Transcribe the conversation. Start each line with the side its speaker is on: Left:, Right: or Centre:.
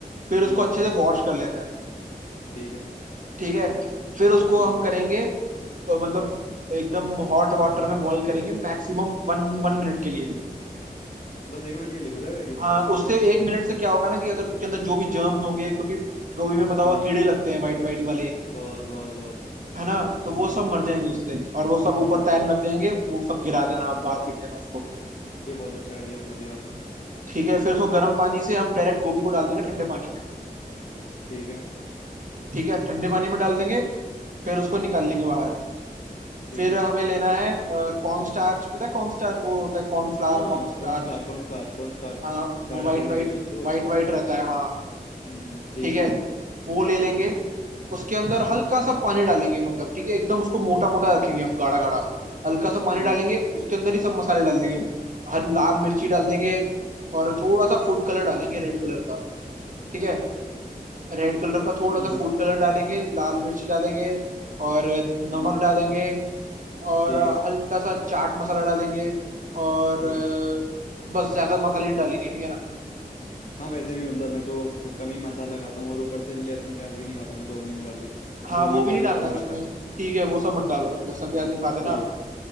Right: फिर उसको
Left: हम्म
Right: अच्छे से वॉश कर लेना है
Left: ठीक है
Right: ठीक है फिर उसको
Left: हम्म
Right: हम करेंगे अ, मतलब एकदम हॉट वाटर में बॉईल करेंगे मैक्सिमम वन वन मिनट के लिए
Left: बस एक मिनट के लिए हो जाएगा एक मिनट
Right: हाँ
Left: में
Right: उससे एक मिनट से क्या होगा ना कि अगर उसके अंदर जो भी जर्म्स होंगे क्योंकि गोभी में पता होगा
Left: हाँ
Right: कीड़े लगते हैं वाइट वाइट वाले
Left: बहुत बहुत बहुत
Right: है ना तो वो सब मर जाएंगे उससे और वो सब ऊपर
Left: हम्म
Right: तैरने लग जाएंगे वो सब गिरा देना आप
Left: हम्म
Right: बाहर फेंक देना उसको
Left: ये बहुत अच्छा आइडिया बता दिया आपने
Right: ठीक है फिर उसको गर्म पानी से हम डायरेक्ट गोभी को डाल देंगे ठंडे पानी में
Left: ठीक है
Right: ठीक है ठंडे पानी में डाल देंगे फिर उसको निकाल लेंगे बाहर
Left: ठीक
Right: फिर
Left: है
Right: हमें लेना है कॉर्न स्टार्च पता है कॉर्न स्टार्च वो होता है कॉर्न फ्लावर
Left: हाँ
Right: कॉर्न स्टार्च
Left: कॉर्नफ्लावर कॉर्नफ्लावर कॉर्नफ्लावर
Right: हाँ वो
Left: गाढ़ा
Right: वाइट
Left: करने
Right: वाइट
Left: के लिए उसको
Right: वाइट वाइट रहता है हाँ
Left: हम्म ठीक
Right: ठीक है
Left: है
Right: वो ले लेंगे उसके अंदर हल्का
Left: हम्म
Right: सा पानी डालेंगे मतलब ठीक है एकदम उसको मोटा मोटा रखेंगे हम गाढ़ा गाढ़ा
Left: हम्म
Right: हल्का सा पानी
Left: हम्म
Right: डालेंगे उसके अंदर ही सब मसाले डाल देंगे हम हर लाल मिर्ची डाल देंगे और थोड़ा सा फूड कलर डालेंगे रेड कलर का ठीक है रेड कलर का थोड़ा
Left: हम्म
Right: सा फूड कलर डालेंगे लाल मिर्च डालेंगे और
Left: हम्म,
Right: नमक डालेंगे और
Left: ठीक है
Right: हल्का सा चाट मसाला डालेंगे और अ,
Left: ओ
Right: बस ज्यादा मसाले नहीं डालेंगे ठीक है ना
Left: हाँ वैसे भी मतलब मैं तो तो कम ही मसाला खाता हूँ और ऊपर से लहसुन प्याज भी नहीं खाता मैं तो ऑनियन गार्लिक
Right: हाँ
Left: दो ऑनियन
Right: वो भी
Left: गार्लिक
Right: नहीं डालना
Left: खाना
Right: है उसमें
Left: खाता हूँ
Right: ठीक है वो सब मत डालो
Left: हाँ
Right: लहसुन प्याज नहीं खाते ना
Left: ठीक
Right: तो